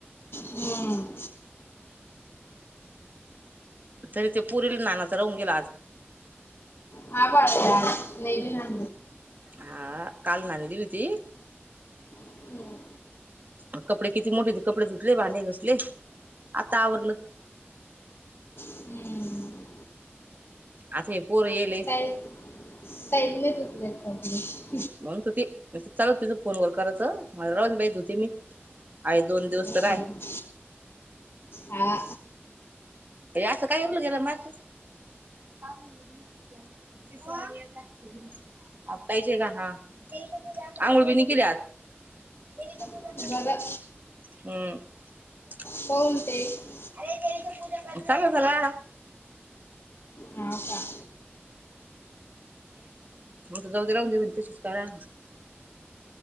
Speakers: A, on the left; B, on the right.
A: हमम
B: तरी ते पुरेील ना ना तर राहून गेला आज
A: आ आ नाही भ ना
B: हा काल ना दि
A: हम्म.
B: मग कपडे किती मोठे हो कपडे धुतले भांडे घासली आता आवरलं
A: हम्म.
B: आता पोर येले
A: काय? <unintelligible>
B: म्हणत होती <unintelligible> फोनवर करायच मला राहूदे बाई <unintelligible> मी आहे दोन दिवस
A: हम्म.
B: तर हाय.
A: हा
B: हे असं काय <unintelligible> आंघोळ बी नाई केली आज. <unintelligible>
A: बरं <unintelligible>
B: <unintelligible> चालू झाला <unintelligible>
A: हा का
B: जाऊ दे राहू दे <unintelligible> तशीच करा <unintelligible>